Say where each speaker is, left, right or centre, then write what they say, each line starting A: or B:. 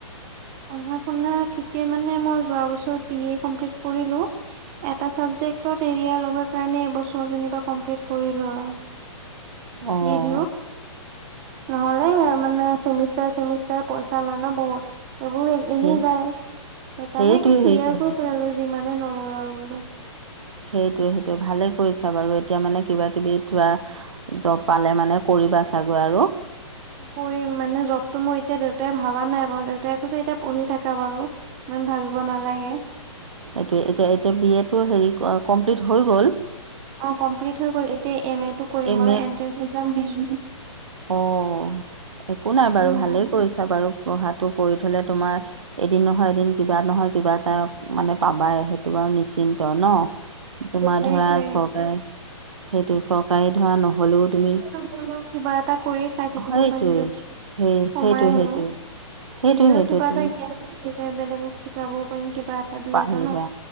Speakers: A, on the right; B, on the right.
A: পঢ়া শুনা ঠিকে মানে মই যোৱা বছৰ বি এ কমপ্লিট কৰিলো। এটা চাবজেক্টত এৰিয়াৰ লগাৰ কাৰণে এবছৰ যেনিবা কমপ্লিট কৰিলো আৰু।
B: অ'
A: দি দিওঁ
B: অ'
A: নহলে। মানে চেমিষ্টাৰে, চেমিষ্টাৰে পইচা লয় ন বহুত। এইবোৰ এনেই
B: সেই
A: যায় সেইকাৰণে
B: সেইটোৱে
A: ক্লিয়াৰ
B: সেইটোৱে
A: কৰি পেলালো যিমানে নলয় আৰু বোলো।
B: সেইটোৱে, সেইটোৱে ভালেই কৰিছা বাৰু এতিয়া মানে কিবা কিবি কিবা জব পালে মানে কৰিবা চাগৈ আৰু।
A: কৰিম মানে জবটো মই এতিয়া দেউতাই ভাবা নাই বাৰু দেউতাই কৈছে এতিয়া পঢ়ি থাকা বাৰু। ইমান ভাবিব নালাগে।
B: সেইটো এতিয়া এতিয়া বি এটো হেৰি কমপ্লিট হৈ গ'ল?
A: অ', কমপ্লিট হৈ গ'ল এতিয়া এম এটো কৰিম
B: এম
A: বাৰু এন্ট্ৰেন্ঞ্চ একজাম দিছো।
B: অ', একো নাই বাৰু
A: উম
B: ভালেই কৰিছা বাৰু পঢ়াটো কৰি থ'লে তোমাৰ এদিন নহয় এদিন কিবা নহয় কিবা এটা মানে পাবাই সেইটো বাৰু নিশ্চিন্ত ন। তোমাৰ
A: সেইটোৱে
B: ধৰা চৰকাৰে সেইটো চৰকাৰী ধৰা নহ'লেও তুমি।
A: ৰিলেও কিবা এটা কৰি। খাই থাকিব
B: সেইটোৱে
A: পাৰিম দিয়কচোন
B: সেই
A: সোমাই
B: সেইটোৱে
A: হলেও
B: সেইটোৱে সেইটোৱে
A: নিজৰ
B: সেইটোৱে
A: কিবা
B: তুমি
A: এটা জ্ঞান। লে বেলেগক শিকাবও পাৰিম কিবা। এটা দুই
B: পাৰিবা
A: এটা